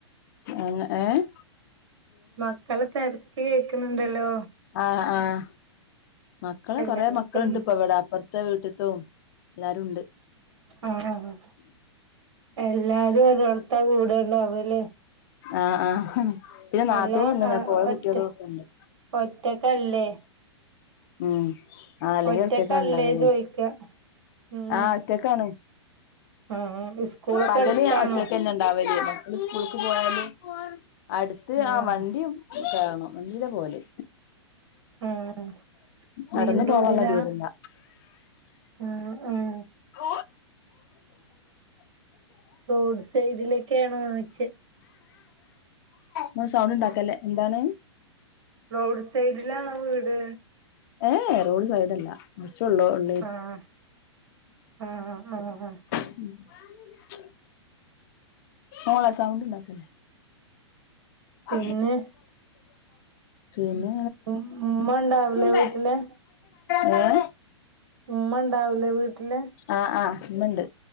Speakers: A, on the left (about 45°); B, on the right (about 75°).
A: എങ്ങനെ ഏഹ്
B: മക്കള് തെരക്ക് കേക്കുന്നുണ്ടല്ലോ
A: ആഹ് ആഹ് മക്കള്
B: എല്ലാരും
A: കൊറേ മക്കളുണ്ട്
B: ഇപ്പന്ന്
A: ഇപ്പൊ എവിടെ അപ്പുറത്ത് ത്തെ വീട്ടത്തും എല്ലാവരുണ്ട്
B: ആഹ് ആഹ് എല്ലാരും ഒരോടുത്താ കൂടെണ്ടാവല്ലേ
A: ആഹ് ആഹ് പിന്നെ നാത്തൂൻ
B: അല്ല
A: വന്നിന്
B: ആഹ്
A: പോയ
B: ഒറ്റ
A: കുട്ട്യാള് ഒക്കെ ഉണ്ട്
B: ഒറ്റക്കല്ലേ
A: ഉം ആല്ലെങ്കിലും
B: ഒറ്റക്കല്ലേ
A: ഒറ്റക്ക് ഉണ്ടാവില്ലേ
B: ചോയിക്കാ ഉം
A: ആഹ് ഒറ്റക്കാണ്
B: ആഹ് സ്കൂളൊക്കെ
A: പകല്
B: അടുത്താണോ
A: ഞാൻ ഒറ്റക്ക്ന്നെ ഉണ്ടാവല്ലേ <unintelligible> സ്കൂളിക്ക് പോയാല് അടുത്ത്
B: ആഹ്
A: ആ വണ്ടിയും കാണോ വണ്ടീല പോലെ
B: ആഹ് മെയിൻറോഡിലാ
A: നടന്നു പോവാനുള്ള ദൂരല്ല
B: ആഹ് ആഹ്
A: <unintelligible>
B: റോഡ് സൈഡിലൊക്കെയാണോന്നോയ്ച്ചേ
A: ന സൗണ്ട് ഉണ്ടാക്കല്ലേ എന്താണ്
B: റോഡ് സൈഡിലാണോ വീട്
A: ഏയ് റോഡ് സൈഡല്ല കുറച്ച് ഉള്ളോട്ട്
B: ആഹ് ആഹ് ആഹ്
A: <unintelligible> മോളെ സൗണ്ട് ഉണ്ടാക്കല്ലേ <unintelligible>
B: പിന്നെ
A: പിന്നെ
B: ഉമ്മ ഉണ്ടാവില്ലേ
A: അങ്ങനെ
B: വീട്ടില്
A: പോയി <unintelligible>
B: ഉമ്മ ഉണ്ടാവിലേ വീട്ടില്
A: ആഹ് ആഹ് ഉമ്മയുണ്ട്